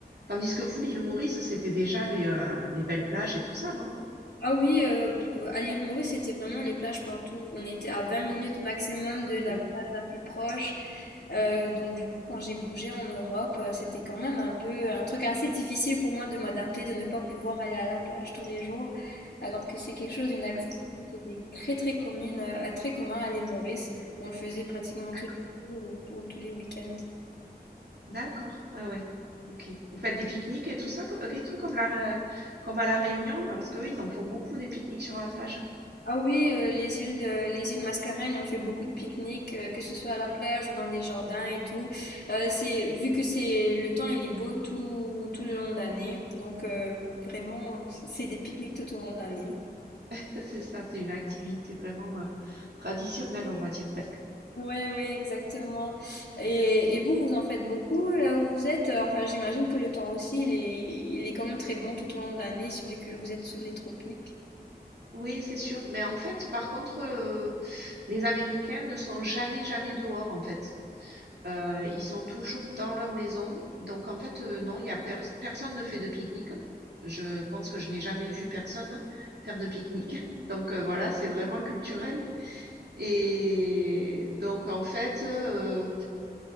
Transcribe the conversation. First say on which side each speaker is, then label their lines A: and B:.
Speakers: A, on the right (about 80°); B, on the left (about 85°).
A: tandis que vous l'île Maurice c'était déjà les euh, les belles plages et tout ça non?
B: Ah oui, euh, pour- à l'île Maurice, c'était vraiment les plages partout. On était à 20 minutes au maximum de la
A: Eh
B: plage
A: oui
B: la plus proche. Euh, donc du coup, quand j'ai bougé en Europe, euh, c'était quand même un peu un truc assez difficile pour moi de m'adapter, de ne pas pouvoir aller à la plage tous les jours, alors que c'est quelque chose, une activité
A: ouais
B: qui était très très commune, euh, très commun à l'île Maurice. On le faisait pratiquement
A: d'accord
B: tous les jours ou, ou tous les week-ends.
A: D'accord, ouais, ouais. OK. Vous faites des pique-niques et tout ça, co- et tout comme la, Ré- comme à La Réunion? Ah, Parce qu'eux, ils en font beaucoup des pique-niques sur la plage.
B: Ah oui, euh, les îles, euh, les îles Mascareignes, on fait beaucoup de pique-niques, euh, que ce soit à la plage ou dans les jardins et tout. Euh, c'est, vu que c'est le temps, il est beau tout, tout le long de l'année. Donc euh, vraiment, c'est des pique-niques tout au long de l'année.
A: <laughs> C'est ça, c'est une activité vraiment euh, traditionnelle, on va dire presque.
B: Oui, oui, exactement. Et,
A: Mm.
B: et vous, vous en faites beaucoup là où vous êtes? Enfin, j'imagine que le temps aussi, il est, il est quand même très bon tout au long de l'année, vu que vous êtes sous les tropiques.
A: Oui, c'est sûr. Mais en fait, par contre, euh, les Américains ne sont jamais, jamais dehors, en fait. Euh, ils sont toujours dans leur maison. Donc, en fait, euh, non, il y a pers- personne ne fait de pique-nique. Je pense que je n'ai jamais vu personne faire de pique-nique. <laughs> Donc, euh, voilà, c'est vraiment culturel. Et donc en fait, heu